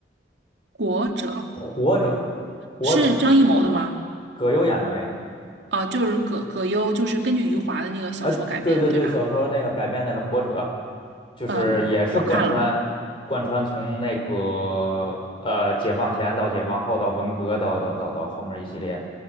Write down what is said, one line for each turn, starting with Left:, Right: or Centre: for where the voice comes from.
Right: 《国者》
Left: 活着》，《活着》，
Right: 是张艺谋的吗？
Left: 葛优演的那个，
Right: 啊、就是葛葛优，就是根据余华的那个小说改编的，
Left: 呃，对对对，
Right: 对吧？
Left: 小说那个改编的那《活着》，就是也是贯穿贯穿从那个呃解放前到解放后到文革到到到到后面一系列的
Right: 嗯、我看了，